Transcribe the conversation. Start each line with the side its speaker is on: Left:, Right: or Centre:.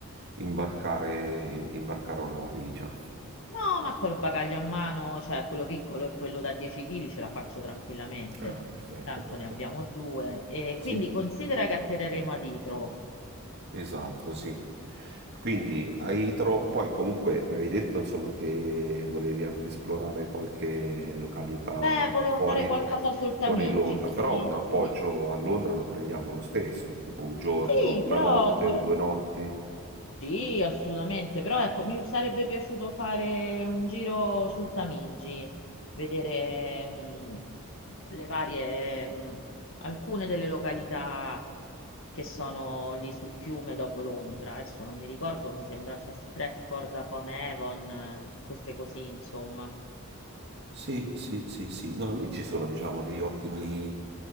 Right: imbarcare, im- imbarcare una valigia.
Left: No, ma col bagaglio a mano, cioè quello piccolo e quello da 10 kg ce la faccio tranquillamente,
Right: Ah, perfetto,
Left: tanto
Right: perfetto.
Left: ne abbiamo due. E
Right: Sì,
Left: quindi considera che atterreremo a Itro.
Right: esatto, sì. Quindi hai tro- poi comunque mi avevi detto insomma che volevi anche esplorare qualche località
Left: Beh, volevo
Right: fuori,
Left: fare qualcosa sul Tamigi.
Right: fuori Londra,
Left: Sì,
Right: però
Left: sì.
Right: un appoggio
Left: Sì,
Right: a Londra lo prendiamo lo stesso, tipo un giorno,
Left: Sì,
Right: una
Left: però
Right: notte
Left: volevo...
Right: o due notti.
Left: Sì, assolutamente, però ecco, mi sarebbe piaciuto fare un giro sul Tamigi, vedere mh, le varie, mh, alcune delle località che sono lì sul fiume dopo Londra. Adesso non mi ricordo, mi sembra c'è Stratford upon Avon, eh, queste così, insomma.
Right: Sì, sì, sì, sì. No, lì ci sono, diciamo, degli ottimi,